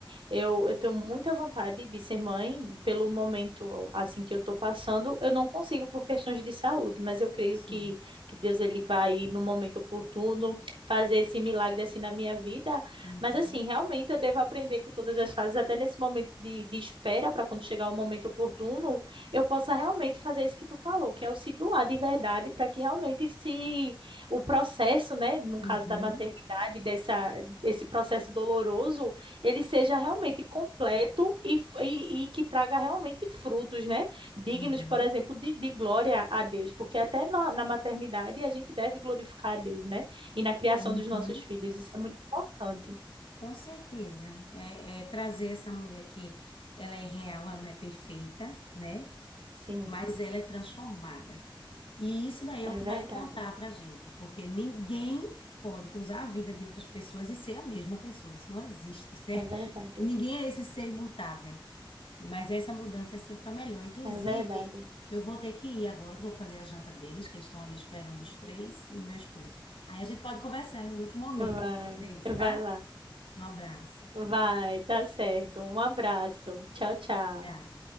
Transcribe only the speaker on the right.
eu, eu tenho muita vontade de ser mãe pelo momento assim que eu estou passando. Eu não consigo por questões de saúde, mas eu creio
que, que Deus ele vai no momento oportuno fazer esse milagre assim na minha vida.
Mas assim, realmente eu devo aprender com todas as fases, até nesse momento de, de espera para quando chegar o momento oportuno, eu possa realmente fazer isso que tu falou, que é o se doar de verdade para que realmente se o processo, né, no
caso da maternidade, dessa, desse processo doloroso ele seja realmente completo e, f- e, e que traga realmente frutos, né? Dignos,
por exemplo, de, de glória a Deus, porque até na, na maternidade a gente deve glorificar a Deus, né? E na criação
dos nossos filhos, isso é muito importante.
Sim,
é
verdade,
é verdade,
é verdade.
Vai,
vai lá,
vai, tá certo. Um abraço, tchau, tchau.